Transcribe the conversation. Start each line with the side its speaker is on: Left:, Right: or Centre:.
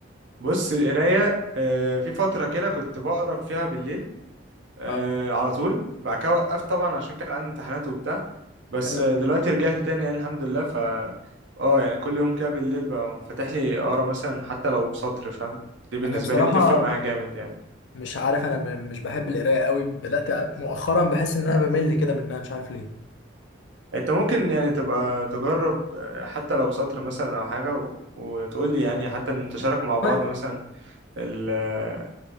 Right: بص القراية آه، في فترة كده كنت بقرا فيها بالليل آه
Left: اه
Right: على طول بعد كده وقفت طبعا عشان كان عندي امتحانات وبتاع بس
Left: حلو
Right: آه، دلوقتي رجعت تاني يعني الحمد لله ف اه يعني كل يوم كده بالليل بقى فاتح لي اقرا مثلا حتى لو سطر فاهم دي بالنسبة
Left: انا بصراحه
Right: لي بتفرق معايا جامد يعني
Left: مش عارف انا ب- مش بحب القرايه قوي بدات مؤخرا بحس ان انا بمل كده منها مش عارف ليه
Right: انت ممكن يعني تبقى تجرب آه، حتى لو سطر مثلا او حاجة و... وتقول لي يعني حتى نتشارك مع بعض
Left: طيب
Right: مثلا ال... آه،